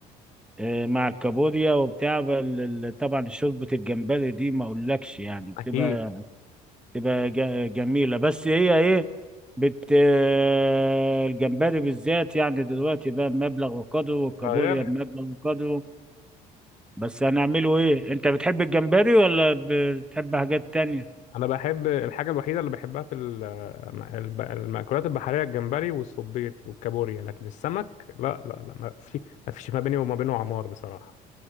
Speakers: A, in the centre; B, on the left.
A: آه، مع الكابوريا وبتاع بل- ال- طبعا شوربة الجمبري دي ما اقولكش يعني بتبقى
B: اكيد
A: بتبقى ج- جميلة بس هي ايه بت آه، الجمبري بالذات يعني دلوقتي بقى مبلغ وقدره والكابوريا
B: غالي
A: مبلغ وقدره بس هنعمله ايه انت بتحب الجمبري ولا بتحب حاجات تانية
B: انا بحب الحاجه الوحيده اللي بحبها في ال- الب- المأكولات البحريه الجمبري والصبيط والكابوريا لكن السمك لا لا لا ما في ما فيش ما بيني وما بينه عمار بصراحه